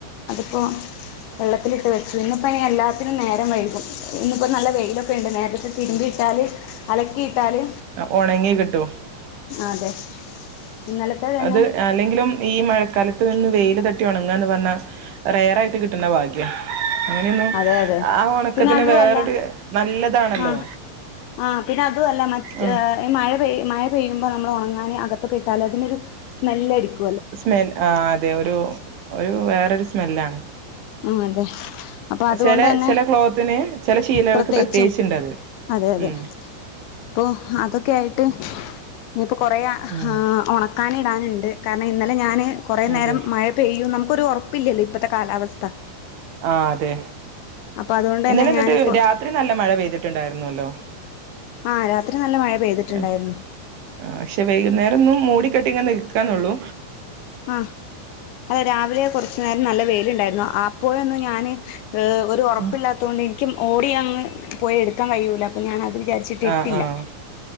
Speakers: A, on the left; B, on the right.
A: പ്പൊ വെള്ളത്തിൽ ഇട്ടുവെച്ചു ഇന്നിപ്പ എല്ലാത്തിനും നേരം വൈകും ഇന്നിപ്പോ നല്ല വെയിലൊക്കെണ്ട് നേരത്തെ തിരുമ്പി ഇട്ടാല് അലക്കിയിട്ടാല്
B: ഒണങ്ങികിട്ടും
A: അതെ ഇന്നലത്തെ തന്നെ
B: അത് അല്ലെങ്കിലും ഈ മഴക്കാല ത്ത് വെയില് തട്ടി ഒണങ്ങുവാന്ന് പറഞ്ഞാ റെയറായിട്ട് കിട്ടുന്ന ഭാഗ്യ അങ്ങനെയൊന്നും
A: അതെ അതെ
B: ആ ഒണക്കത്തിന്
A: പിന്നെ അതും
B: വേറൊരു
A: അല്ല
B: നല്ലതാണല്ലോ
A: ആ ആ പിന്നെ അതും അല്ല മറ്റേ
B: ഉം
A: മഴപെ മഴപെയ്യു പ്പം നമ്മള് ഒണങ്ങാന് അകത്തൊക്കെ ഇട്ടാല് അതിന് ഒര് സ്മെൽ അടിക്കും
B: സ്മെൽ അതെ ഒരു ഒരു വേറൊരു സ്മെല്ലാണ്
A: മ് അതെ അപ്പോ അതുകൊണ്ടന്നെ
B: ചെല ചെല ക്ലോത്തിന് ചെല ശീലകൾക്ക്
A: പ്രത്യേകിച്ചും
B: പ്രത്യേകിച്ചുണ്ടത്
A: അതെയതെ
B: ഉം
A: ഇപ്പോ അതൊക്കെയായിട്ട് ഇനിയിപ്പോ കൊറയെ ആഹ്
B: ഉം
A: ഒണക്കാനിടാനുണ്ട് കാരണം ഇന്നലെ ഞാന് കൊറേ
B: അതെ
A: നേരം മഴ പെയ്യും നമു ഒരു ഉറപ്പില്ലാലോ ഇപ്പോത്തെ കാലാവസ്ഥ
B: ആഅതെ
A: അപ്പൊ അതുകൊണ്ട്
B: ഇന്നലെന്നിട്ട്
A: തന്നെ ഞാന് കൊ
B: രാത്രി നല്ല മഴ പെയ്തിട്ടു ട്ടുണ്ടായിരുന്നുലോ
A: ആഹ് രാത്രി നല്ല മഴ പെയ്തിട്ടുണ്ടായിരുന്നു
B: ആ പക്ഷെ വൈകുന്നേരൊന്നും മൂടിക്കെട്ടി ഇങ്ങനെ നിക്കാന്നേള്ളൂ
A: ആഹ് അതെ രാവിലെ കൊറച്ച് നേരം നല്ല വെയിലുണ്ടായിരുന്നു ആ പോയൊന്ന് ഞാന് ഒരു ഉറപ്പില്ലാത്തുകൊണ്ട്
B: ഉം
A: ഓടിയങ്ങ് പോയി എടുക്കാൻ കഴിയൂല അപ്പ ഞാൻ അത് വിചാരിച്ചിട്ടിട്ടില്ല
B: ആഹ് ആഹ്